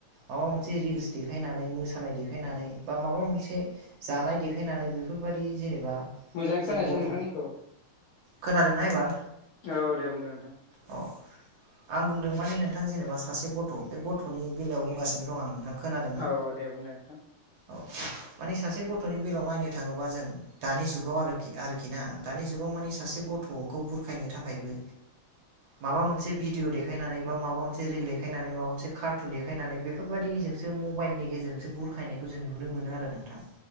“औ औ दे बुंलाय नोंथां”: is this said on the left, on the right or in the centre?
Left